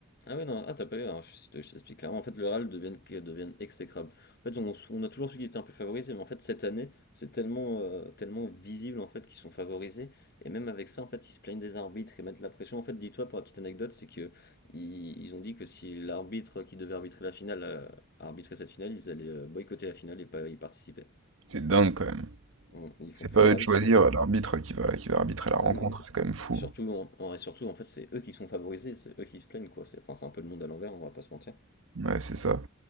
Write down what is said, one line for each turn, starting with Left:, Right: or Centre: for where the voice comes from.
Left: Ah ouais, non, ah t'as pas eu, alors, je te- je t'explique clairement, en fait le RAL deviennent deviennent exécrables. En fait on, on a toujours su qu'ils étaient un peu favorisés, mais en fait cette année c'est tellement, euh, tellement visible en fait qu'ils sont favorisés, et même avec ça en fait ils se plaignent des arbitres, ils mettent la pression. En fait dis-toi pour la petite anecdote, c'est que ils, ils ont dit que si l'arbitre qui devait arbitrer la finale euh, arbitrait cette finale, ils allaient euh, boycotter la finale et pas y participer.
Right: C'est dingue quand même.
Left: Bon, Ils
Right: C'est
Left: font pleurer
Right: pas à eux
Left: l'arbitre
Right: de choisir
Left: parce qu'en fait,
Right: l'arbitre qui va, qui va arbitrer la
Left: ah
Right: rencontre,
Left: oui,
Right: c'est quand même fou.
Left: et surtout, en, en- et surtout en fait c'est eux qui sont favorisés, c'est eux qui se plaignent quoi, c'est enfin, c'est un peu le monde à l'envers, on va pas se mentir.
Right: Ouais, c'est ça.